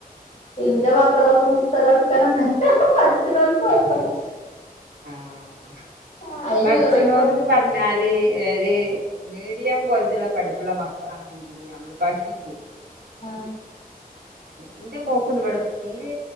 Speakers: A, on the left; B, on the right.
A: ഇന്റെ മക്കളൊന്നും പുസ്തകം ഇട്ക്കലെന്നെല്ല്യ. പഠിച്ച്ണോൽക്ക് കൊഴപ്പല്ല.
B: ആഹ്.
A: ആഹ് അയിന്
B: പഠിച്ച്ണോല്ന്ന്
A: റെയിൻകോട്ട്
B: പർഞ്ഞാല് ഒര് മീഡിയം കോൽത്ത്ല്ള്ള പഠിപ്പ്ള്ള മക്കളാണെങ്കി എന്തെയ്യും നമ്മള് പഠിപ്പിക്കും
A: ആഹ്
B: ഇന്റെ മോക്കൊന്നും ഇവടെ തീരെ